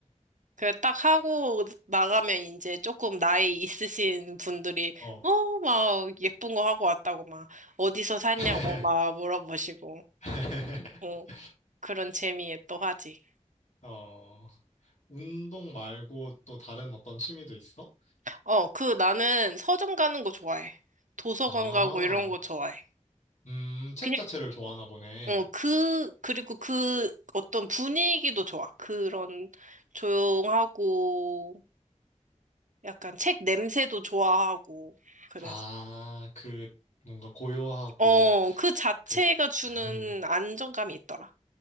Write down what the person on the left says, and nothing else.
어.
<laughs>
<laughs>
어, 운동 말고 또 다른 어떤 취미도 있어?
아,
음, 책
자체를 좋아하나 보네.
아, 그, 뭔가 고요하고,
그,
음,